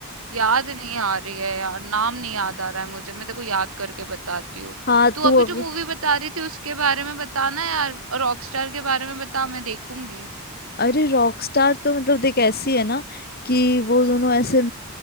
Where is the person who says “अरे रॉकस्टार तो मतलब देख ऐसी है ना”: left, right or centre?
Left